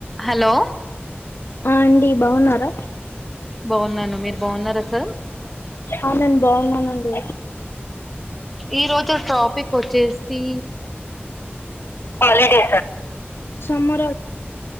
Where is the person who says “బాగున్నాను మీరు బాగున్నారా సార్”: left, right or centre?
Centre